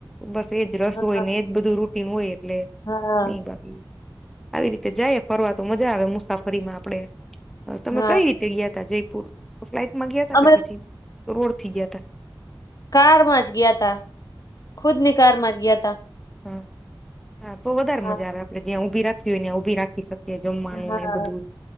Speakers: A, in the centre; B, on the left (about 45°).
A: બસ એજ રસ
B: હા
A: હોયને એજ બધું રૂટીનું હોય એટલે
B: હા
A: નહીં બાકી, આવી રીતે જાયએ ફરવા તો મજા આવે મુસાફરીમાં આપડે તમે
B: હા
A: કઈ રીતે તે ગ્યાતા જયપુર ફ્લાઈટમાં ગ્યાતા
B: અમે
A: કે પછી રોડ થી ગ્યાતા?
B: કાર માજ ગ્યાતા, ખુદની કાર માજ ગ્યાતા.
A: હા હા તો વધારે
B: હા
A: આવે આપડે જ્યાં રાખીવી હોયને ત્યાં ઉભી રાખી શકીએ. જમવાનું
B: હા
A: ને એ બધું